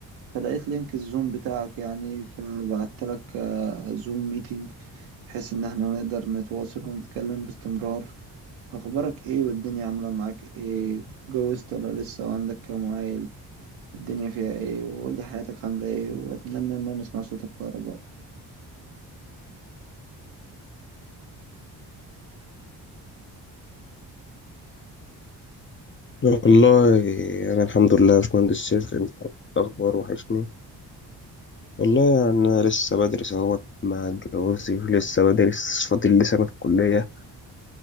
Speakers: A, on the right; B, on the left.
A: فلقيت لينك الزوم بتاعك يعني فبعت لك آه، زوم ميتينج بحيث إن احنا نقدر نتواصل ونتكلم باستمرار أخبارك إيه والدنيا عاملة معاك إيه اتجوزت ولا لسه وعندك كام عيل الدنيا فيها ايه وقول لي حياتك عاملة ايه واتمنى ان انا اسمع صوتك في اقرب وقت
B: والله أنا الحمد لله يا باشمهندس سيف أنت الأخبار وحشني والله يعني أنا لسه بدرس أهوت مع جوازي ولسه بدرس فاضل لي سنة كلية